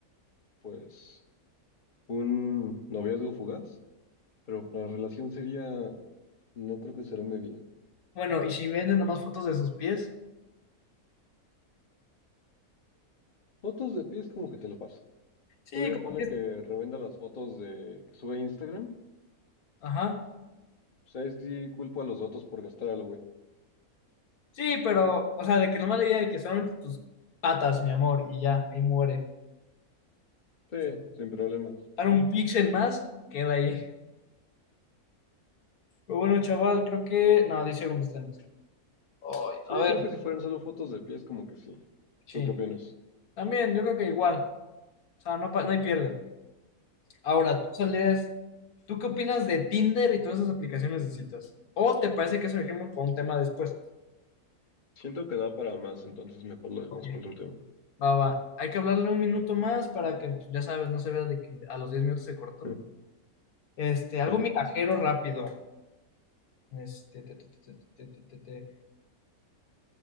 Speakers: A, on the left (about 35°); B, on the left (about 75°).
A: pues, un noviazgo fugaz, pero para relación sería, no creo que será muy bien.
B: Bueno, y si venden nomás fotos de sus pies.
A: Fotos de pies como que te lo paso.
B: Sí,
A: Todavía
B: como
A: ponle
B: que...
A: que revenda las fotos de que sube a Instagram.
B: Ajá.
A: O sea, es que sí culpo a los datos por gastar a lo güey.
B: Sí, pero, o sea, de que nomás le diga de que solamente tus patas, mi amor, y ya, ahí muere.
A: Sí,
B: O
A: sin problemas.
B: dar un
A: ¿Tú?
B: píxel más, queda ahí. Pero bueno, chaval, creo que... No, 10 segundos tenemos. Ay,
A: Sí,
B: a ver,
A: creo que si fueran solo fotos de pies como que sí.
B: sí.
A: ¿Tú qué opinas?
B: También, yo creo que igual. O sea, no, pa- no hay pierde. Ahora, tú saldrías... ¿Tú qué opinas de Tinder y todas esas aplicaciones de citas? ¿O te parece que eso dejemos para un tema después?
A: Siento que da para más, entonces mejor lo dejamos
B: Ok,
A: para otro tema.
B: Va, va. Hay que hablarle un minuto más para que, ya sabes, no se vea de que a los 10 minutos se cortó.
A: Eh,
B: Este, algo
A: eh,
B: migajero rápido. Este, te, te, te, te, te, te, te.